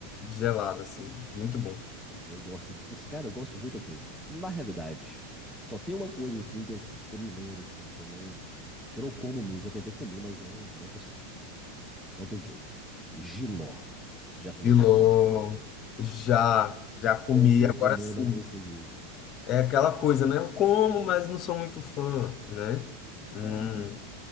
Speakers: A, on the left (about 40°); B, in the centre.
A: gelada, assim, muito bom.
B: Eu gosto. dos- Cara, eu gosto de muita coisa. Na realidade, só tem uma coisa assim que eu, que eu me lembro, assim, que eu não. Que eu não como mesmo. Eu tentei comer, mas não, não consegui, velho. Não teve jeito. Jiló. Você já comeu
A: Filó,
B: jiló?
A: já, já comi.
B: Tentei
A: Agora
B: comer,
A: sim,
B: não consegui.
A: é aquela coisa, né? Eu como, mas não sou muito fã, né?
B: Hum,
A: Hum,